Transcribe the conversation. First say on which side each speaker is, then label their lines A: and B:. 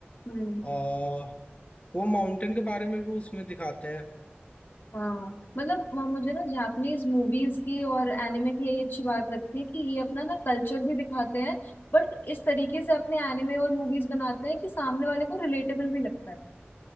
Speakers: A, on the left; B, on the left.
A: हम्म
B: आ, वो माउंटेन के बारे में भी उसमें दिखाते हैं
A: हाँ मतलब म- मुझे ना जापानीज मूवीज की और एनिमे की यही अच्छी बात लगती है कि ये अपना ना कल्चर भी दिखाते हैं बट इस तरीके से अपने एनिमे और मूवीज बनाते हैं कि सामने वाले को रिलेटेबल भी लगता है